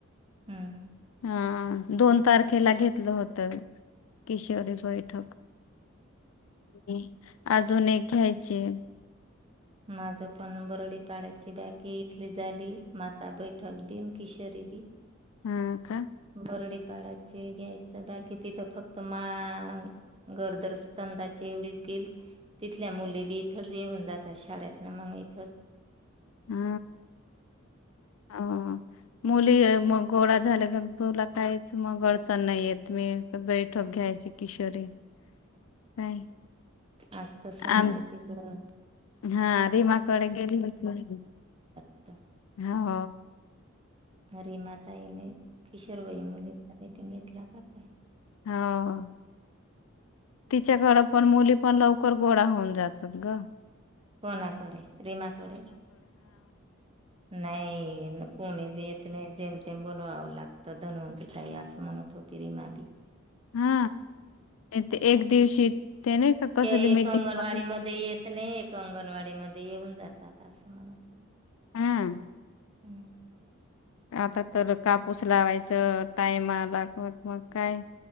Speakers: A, on the right; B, on the left.
A: हम्म
B: हा दोन तारख केला घेतलं होतं किशोरी बैठक मी अजून एक घ्यायचे
A: माझ पण बरडी पाड्याची बाकी इथली झाली माता बैठक बिन किशोरी दीदी
B: हम् का
A: बरडीपाडाची घ्यायचं बाकी तिथं फक्त माळ गर्भ स्तंभाची एवढीच गेल तिथल्या मुली बी इथंच येऊन जातात शाळेत ना मग इथे च
B: हा ह मुली मग गोळा झाल्या क तुला काहीच मग अडचण नाही येत मी बैठक घ्यायची किशोरी काय
A: आज तर सण
B: आम
A: आले तिकडं
B: हा रीमाकडे गेली होती
A: <unintelligible>
B: हो
A: अ रे मतााई किशोरमाई मुले मिटिंग घेतला काय
B: हो तिच्याकडे पण मुली पण लवकर गोळा होऊन जातात ग
A: कोणाकडे रीमाकडे नाही कोणी ब येत नाही जम तेम बोलव लागत धनवंती ताई असं म्हणत होती रिमा
B: हा ते एक दिवशी ते नाही का कसली
A: एक
B: मिटिंग
A: अंगणवाडी मध्ये येत नाही अंगणवाडी मध्ये येऊन जातात असं म्हणत
B: हम्
A: हम्म
B: आता तर कापूस लावायचं टाइम आला म मग काय